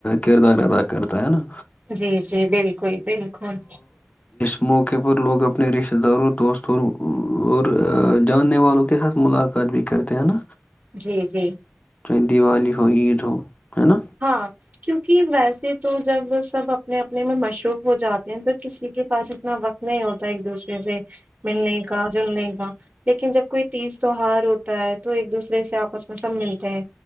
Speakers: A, on the left (about 35°); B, on the right (about 40°).
A: کردار ادا کرتا ہے نا
B: جی جی بالکل بالکل
A: موقعے پر لوگ اپنے رشتتے داروں دوستوں اور جاننے والوں کے ساتھ ملاقات بھی کرتے ہیں نا
B: جی جی
A: چاہے دیوالی ہو عید ہو ہے نا
B: ہاں کیونکہ ویسے سے تو جب سب اپنے اپنے میں مشروف ہو جاتے ہیں تو کسی کے پاس اتنا وقت نہیں ہوتا ایک دوسرے سے ملنے کا جلنے کا لیکن جب کوئی تیز تیوار ہوتا ہے تو ایک دوسرے سے آپس میں سب ملتے ہیں